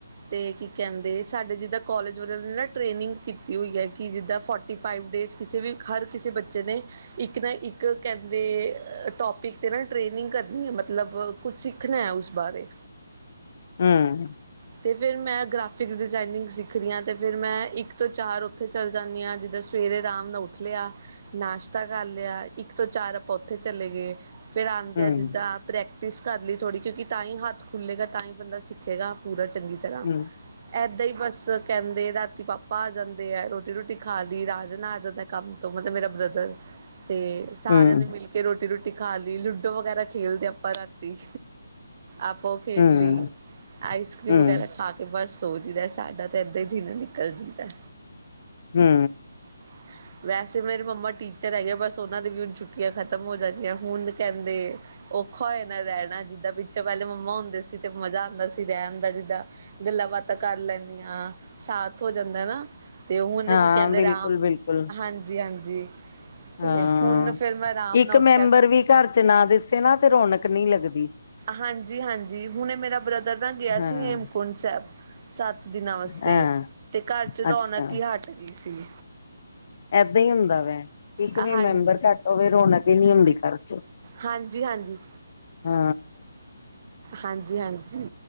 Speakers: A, on the right (about 40°); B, on the left (about 50°).
A: ਤੇ ਕੀ ਕਹਿੰਦੇ, ਸਾਡੇ ਜਿੱਦਾਂ ਕੋਲਜ ਵ- ਨਾ ਟ੍ਰੇਨਿੰਗ ਕੀਤੀ ਹੋਈ ਹੈ। ਕਿ ਜਿੱਦਾਂ ਫੋਰਟੀ ਫਾਈਵ ਡੇਜ਼ ਕਿਸੇ ਵੀ ਹਰ ਕਿਸੇ ਬੱਚੇ ਨੇ। ਇੱਕ ਨਾ, ਇੱਕ ਕਹਿੰ- ਦੇ ਟੋਪਿਕ ਤੇ ਨਾ ਟ੍ਰੇਨਿੰਗ ਕਰਨੀ ਹੈ। ਮਤਲਬ ਕੁਛ ਸਿੱਖਣਾ ਹੈ ਉਸ ਬਾਰੇ।
B: ਹੂੰ।
A: ਤੇ ਫੇਰ ਮੈਂ ਗ੍ਰਾਫਿਕ ਡਿਜ਼ਾਇਨਿੰਗ ਸਿੱਖ ਦੀ ਹਾਂ। ਤੇ ਫੇਰ ਮੈਂ ਇੱਕ ਤੋਂ ਚਾਰ ਔਥੇ ਚੱਲ ਜਾਂਦੀ ਆਂ। ਜਿੱਦੇ ਸਵੇਰੇ ਰਾਮ ਨਾਲ ਉੱਠ ਲਿਆ। ਨਾਸ਼ਤਾ ਕਰ ਲਿਆ, ਇੱਕ ਤੋਂ ਚਾਰ ਅਪਾਂ ਔਥੇ ਚਲੇ ਗੇ। ਫੇਰ ਆੰਦੈ
B: ਹਮ
A: ਜਿੱਦਾਂ ਪ੍ਰੈਕਟਿਸ ਕਰ ਲਈ ਥੋੜੀ, ਕਿਉਂਕਿ ਤਾਂਈ ਹੱਥ ਖੁੱਲੇਗਾ ਤਾਂਈ ਬੰਦਾ ਸਿੱਖੇਗਾ। ਪੂਰਾ ਚੰਗੀ ਤਰਾਂ।
B: ਹਮ
A: ਐਦਾਂ ਹੀ ਬਸ ਕੈੰਦੇ ਰਾਤੀ ਪਾਪਾ ਆ ਜਾਂਦੇ ਐ। ਰੋਟੀ-ਰੁਟੀ ਖਾ ਦੀ ਰਾਜਨ ਆ ਜਾਂਦਾ ਐ। ਕੰਮ ਤੋਂ ਮਤਲਬ ਬ੍ਰਦਰ। ਤੇ ਸਾਰਿਆਂ
B: ਹਮ
A: ਨੇ ਮਿਲ ਕੇ ਰੋਟੀ-ਰੂਟੀ ਖਾ ਲੀ। ਲੂਡੋ ਵਗੈਰਾ ਖੇਲਦੇ ਅਪਾਂ, ਰਾ ਤੀ, ਆਪਾ ਔ ਖੇਡਲੀ
B: ਹਮ
A: ਆਈਸ ਕਰ੍ਰੀਮ
B: ਹਮ
A: ਵਗੈਰਾ ਖਾ ਕੇ ਬਸ ਸੌ ਜੀ ਦਾ। ਸਾਡਾ ਤੇ ਐਦਾਂ ਈ ਦਿਨ ਨਿਕਲ ਜੰਦਾ ਏ।
B: ਹੂੰ।
A: ਹ <inaudible> ਵੈਸੇ ਮੇਰੀ ਮੰਮਾ ਟੀਚਰ ਹੈਗੇ। ਬਸ ਉਹਨਾਂ ਦੀ ਵੀ ਹੁਣ ਛੁੱਟੀਆ ਖਤਮ ਹੋ ਜਾਂਦੀਆਂ। ਹੁਣ ਕਹਿੰਦੇ ਔਖਾ ਹੋ ਜਾਣਾ ਰਹਿਣਾ। ਜਿੱਦਾਂ ਪਿਛੇ ਪਹਿਲੇ ਮੰਮਾ ਹੁੰਦੇ ਸੀ, ਤੇ ਮਜ਼ਾ ਆਉਂਦਾ ਸੀ। ਰਹਿਣ ਦਾ ਜਿੱਦਾਂ, ਗੱਲਾਂ- ਬਾਤਾਂ ਕਰ ਲੈਂਦੀਆਂ ਸਾਥ ਹੋ ਜਾਂਦਾ ਨਾ। ਤੇ ਹੁਣ
B: ਹਾਂ
A: ਕੀ ਕਹਿੰਦੇ,
B: ਬਿਲਕੁਲ
A: ਰਾਮ
B: ਬਿਲਕੁਲ
A: ਹਾਂਜੀ। ਜੀ ਹਾਂਜੀ, ਤੇ
B: ਹਾਂ
A: ਹੁਣ ਫੇਰ ਮੈਂ ਆਰਾਮ
B: ਇੱਕ
A: ਨਾਲ ਉੱਠਿਆ।
B: ਮੈਂਬਰ ਵੀ ਘਰ ਚ ਨਾ ਦਿਸੇ ਨਾ, ਤੇ ਰੌਣਕ ਨਹੀਂ ਲੱਗਦੀ।
A: ਹਾਂਜੀ- ਹਾਂਜੀ ਹੁਣੇ ਮੇਰਾ ਬ੍ਰਦਰ ਨਾ, ਗਿਆ
B: ਹਾਂ
A: ਸੀ ਹੇਮਕੁੰਟ ਸਾਹਿਬ। ਸੱਤ ਦਿਨਾਂ ਵਾਸਤੇ
B: ਹਾਂ
A: ਤੇ, ਘਰ ਚ
B: ਅੱਛਾ
A: ਰੌਣਕ ਹੀ ਹਟ ਗਈ ਸੀ।
B: ਏਦਾਂ ਹੀ ਹੁੰਦਾ ਵੈ, ਇੱਕ
A: ਹਾਂ
B: ਵੀ
A: ਹਾਂਜੀ
B: ਮੈਂਬਰ ਘੱਟ ਹੋਵੇ ਰੌਣਕ ਨੀ ਹੁੰਦੀ ਘਰ ਚੋਂ।
A: ਹਾਂਜੀ- ਹਾਂਜੀ।
B: ਹੂੰ।
A: ਹਾਂਜੀ- ਹਾਂਜੀ।